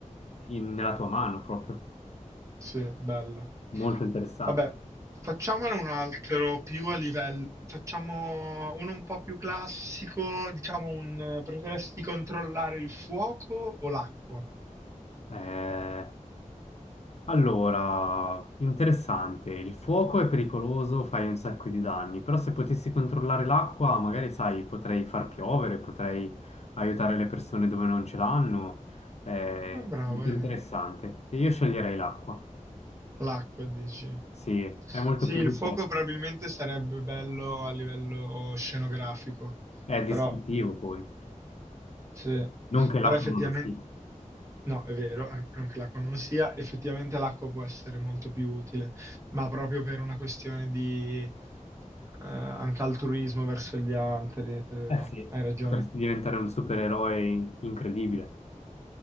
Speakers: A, on the left (about 55°); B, on the right (about 25°).
A: in- nella tua mano proprio.
B: Sì, bello.
A: Molto interessante.
B: Vabbè, facciamone un altro più a livello, facciamo uno un po' più classico, diciamo un eh, preferesti controllare il fuoco o l'acqua?
A: Eh, Allora, interessante, il fuoco è pericoloso, fai un sacco di danni, però se potessi controllare l'acqua, magari sai, potrei far piovere, potrei aiutare le persone dove non ce l'hanno, è
B: Ah, bravo,
A: molto
B: è vero.
A: interessante. E io sceglierei l'acqua,
B: L'acqua, dici.
A: sì, è molto
B: Sì,
A: più
B: il
A: utile,
B: fuoco probabilmente sarebbe bello a livello scenografico,
A: è distruttivo
B: però
A: poi,
B: Sì,
A: non che
B: però
A: l'acqua
B: effettivamente,
A: non lo sia.
B: no, è vero, an- non che l'acqua non lo sia, effettivamente l'acqua può essere molto più utile, ma proprio per una questione di eh, anche altruismo verso gli altri, è vero,
A: Eh sì.
B: hai ragione.
A: Potresti diventare un supereroe in- incredibile.